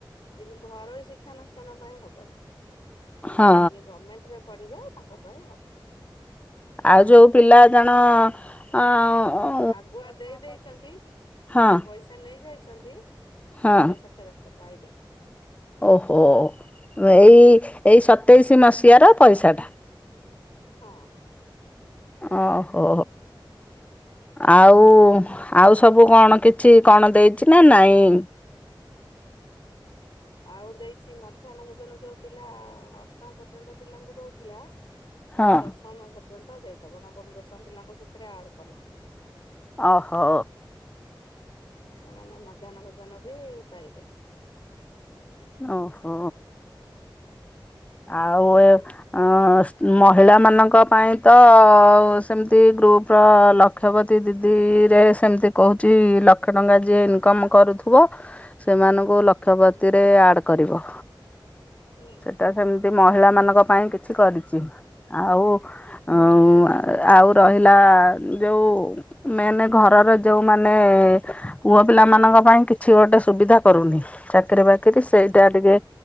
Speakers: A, on the left; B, on the left.
A: କିନ୍ତୁ ଘରୋଇ ଶିକ୍ଷାନୁଷ୍ଠାନ ପାଇଁ ହବନି
B: ହଁ
A: ଯିଏ ଗମେଣ୍ଟରେ ପଢିବେ, ତାଙ୍କ ପାଇଁ ହବ।
B: ଆଉ, ଯଉ ପିଲା ଜଣ-ଅ-ଅଁ
A: ଆଗୁଆ ଦେଇ ଦେଇଛନ୍ତି,
B: ହଁ
A: ପଇସା ସେ ନେଇ ଯାଇଛନ୍ତି
B: ହଁ
A: ସେ ପଇସା ଫେରସ୍ତ ପାଇବେ।
B: ଓହୋ ଏଇ, ଏଇ ସତେଇଶୀ ମସିହାର ପଇସାଟା।
A: ହଁ।
B: ଓହୋ। ଆଉ-ଆଉ ସବୁ କଣ କିଛି କଣ ଦେଇଚି ନା ନାଇଁ?
A: ଆଉ ଦେଇଚି ମଧ୍ୟାହ୍ନ ଭୋଜନ ଯୋଉ ପିଲା ଅଷ୍ଟମ ପର୍ଯ୍ୟନ୍ତ ପିଲାଙ୍କୁ ଦଉଥିଲା
B: ହଁ।
A: ଏବେ ଦଶମ ପର୍ଯ୍ୟନ୍ତ ଦେଇଦବ, ନବମ ଦଶମ ପିଲାଙ୍କୁ ସେଥିରେ ଆଡ୍ କଲା।
B: ଅହୋ।
A: ସେମାନେ ମଧ୍ୟାହ୍ନ ଭୋଜନ ବି ପାଇବେ।
B: ଓହୋ। ଆଉ ଏ ଅଁ ମହିଳାମାନଙ୍କ ପାଇଁ ତ ଆଉ ସେମ୍ତି ଗ୍ରୁପର ଲ କ୍ଷପତି ଦିଦିରେ ସେମ୍ତି କହୁଚି ଲକ୍ଷେ ଟଙ୍କା ଯିଏ ଇନ୍କମ୍ କରୁଥିବ ସେମାନଙ୍କୁ ଲକ୍ଷପତିରେ ଆଡ୍ କରିବ।
A: ହୁଁ।
B: ତ ସେମ୍ତି ମହିଳାମାନଙ୍କ ପାଇଁ କିଛି କରିଚି, ଆଉ
A: ହୁଁ
B: ଉଁ ଆଉ ରହିଲା ଯୋଉ ମେନେ ଘରର ଯୋଉମାନେ ପୁଅ ପିଲାମାନଙ୍କ ପାଇଁ କିଛି ଗୋଟେ ସୁବିଧା କରୁନି, ଚାକିରି ବା କିରି ସେଇଟା ଟିକେ